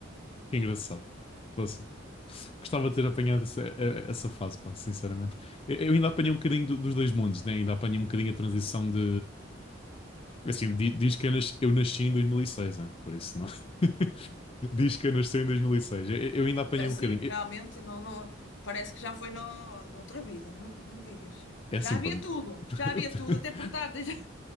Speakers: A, on the left; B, on the left.
A: Que engraçado. Poxa. Gostava de ter apanhado essa, eh, essa fase, pá, sinceramente. Eu eu ainda apanhei um bocadinho do- dos dois mundos, né? Ainda apanhei um bocadinho a transição de. Assim, di- diz que eu nasci, eu nasci em 2006, né? Por isso não. <laughs>
B: Ok.
A: Diz
B: Pois.
A: que eu nasci
B: Tá.
A: em 2006. Eu, eu ainda apanhei
B: Já
A: um
B: sim,
A: bocadinho. Eu-
B: realmente não, não, parece que já foi no, noutra vida, não, não me digas.
A: é
B: Já
A: assim,
B: havia
A: pá.
B: tudo,
A: <laughs>
B: já havia tudo, até portáteis. <laughs>